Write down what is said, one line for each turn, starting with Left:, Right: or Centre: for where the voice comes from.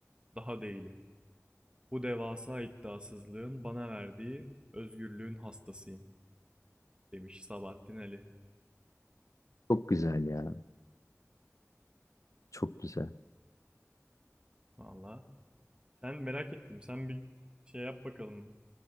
Right: Daha değilim. Bu devasa iddiasızlığın bana verdiği özgürlüğün hastasıyım demiş Sabahattin Ali.
Left: Çok güzel ya. Çok güzel.
Right: Valla. Sen merak ettim. Sen bir şey yap bakalım.